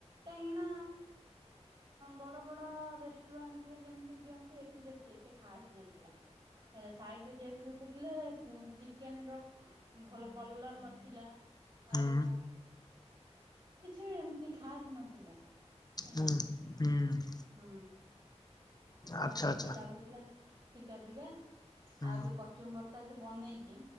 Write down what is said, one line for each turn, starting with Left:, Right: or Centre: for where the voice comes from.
Right: କାହିଁକିନା। ବଡ ବଡ ରେଷ୍ଟୁରାଣ୍ଟ ରେ ଯେମିତି ଦିଅନ୍ତି, ଏଠି ଏତେ ଖାସ ନଥିଲା। ହେ ସାଇଟରେ ଯେଏତୁ ବିକୁଥିଲେ ଚିକେନ ର ଭଲ କଲର ନଥିଲା ଆଉ
Left: ହୁଁ
Right: କିଛି ବି ଏମତି ଖାସ ନଥିଲା ହେଲା
Left: ହୁଁ ହୁଁ।
Right: ହୁଁ। ସବୁ
Left: ଆଚ୍ଛା
Right: କିଛି
Left: ଆଚ୍ଛା
Right: ଲାଗୁଥିଲା ଫିକା ଫିକା
Left: ହୁଁ
Right: ଆଉ ଯୋଉ କଚୁମ୍ବର ଟା ସେ ବନେଇଛି।